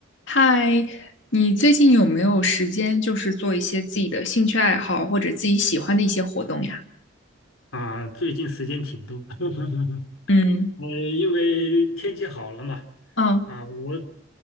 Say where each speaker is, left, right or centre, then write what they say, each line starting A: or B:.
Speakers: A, on the left (about 60°); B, on the left (about 80°).
A: 嗨，你最近有没有时间，就是做一些自己的兴趣爱好或者自己喜欢的一些活动呀？
B: 啊，最近时间挺多，<laughs>
A: 嗯
B: 呃，因为天气好了嘛，
A: 嗯，
B: 啊，我